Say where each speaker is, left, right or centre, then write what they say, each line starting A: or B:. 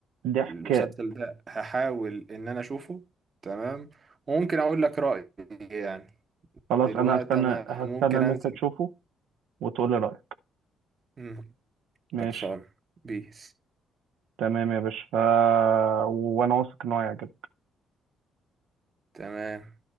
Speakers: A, on the right; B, on the right.
A: ضحك
B: المسلسل ده هحاول ان انا اشوفه تمام وممكن اقول لك رأيي يعني
A: خلاص
B: دلوقتي
A: أنا هستنى
B: انا
A: هستنى
B: ممكن
A: إن
B: انزل
A: أنت تشوفه وتقول لي رأيك
B: مم،
A: ماشي
B: خلصان بيس
A: تمام يا باشا آه، وانا واثق ان هو هيعجبك
B: تمام